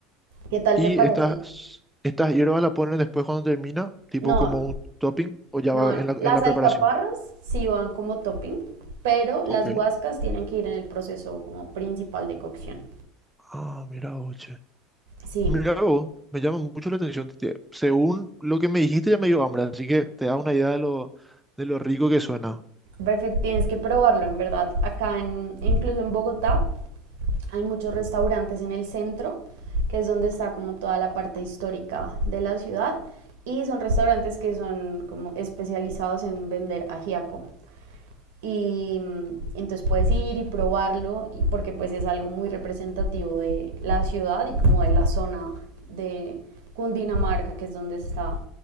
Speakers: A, on the right (about 80°); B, in the centre.
A: ¿Qué tal
B: Y
A: te parece?
B: estas, estas hierbas la ponen después cuando termina, tipo
A: No,
B: como un topping o ya
A: No,
B: va en la,
A: las
B: en la
A: alcaparras
B: preparación.
A: sí van como topping, pero las
B: Ok.
A: guascas tienen que ir en el proceso como principal de cocción.
B: Ah, mira vos, che.
A: Sí,
B: Mira vos, me llama mucho la atención. Te- según lo que me dijiste ya me dio hambre, así que te da una idea de lo, de lo rico que suena.
A: perfecto, tienes que probarlo, en verdad. Acá, en, incluso en Bogotá, hay muchos restaurantes en el centro, que es donde está como toda la parte histórica de la ciudad, y son restaurantes que son como especializados en vender ajiaco, y mm, entonces puedes ir y probarlo y porque pues es algo muy representativo de la ciudad y como de la zona de Cundinamarca, que es donde está